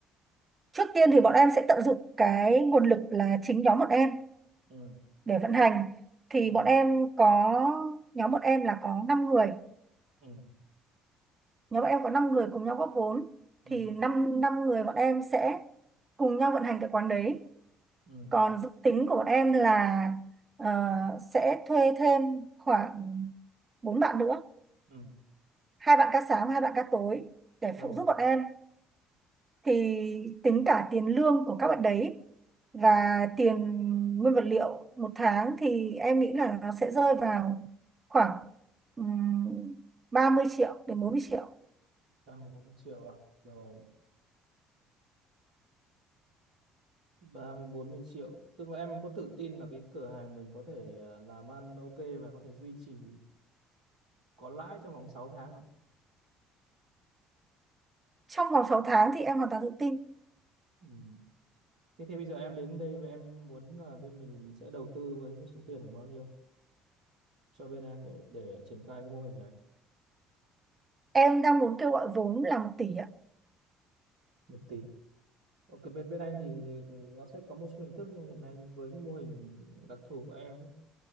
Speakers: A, on the right (about 30°); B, on the right (about 60°).
A: trước tiên thì bọn em sẽ tận dụng cái nguồn lực là chính nhóm bọn em
B: ừ.
A: để vận hành thì
B: Ừ.
A: bọn em có nhóm bọn em là có 5 người
B: Ừ.
A: nhóm bọn em có 5 người cùng nhau góp vốn
B: Ừ.
A: thì 5, năm năm người bọn em sẽ cùng nhau vận hành cái quán đấy
B: Ừ.
A: còn dự tính của bọn em là ờ, sẽ thuê thêm khoảng bốn bạn nữa
B: Ừ.
A: hai bạn ca sáng và hai bạn ca tối để
B: rồi
A: phụ giúp bọn em thì tính cả tiền lương của các bạn đấy và tiền nguyên vật liệu một tháng thì em nghĩ là nó sẽ rơi vào khoảng um, ba mươi triệu đến bốn mươi triệu
B: em một triệu à rồi ba mươi bốn mươi triệu. Tức là em có tự tin là cái cửa hàng mình có thể ờ, làm ăn ok và có thể duy trì có lãi trong vòng 6 tháng không?
A: trong vòng sáu tháng thì em hoàn toàn tự tin
B: Ừ. Thế thì bây giờ em đến đây và em muốn là bên mình sẽ đầu tư với một số tiền khoảng bao nhiêu cho bên em để để triển khai cái mô hình này?
A: Em đang muốn kêu gọi vốn là một tỷ ạ.
B: Một tỷ. Ok bên bên anh thì nó sẽ có một số hình thức nhưng hiện nay với cái mô hình đặc thù của em ấy,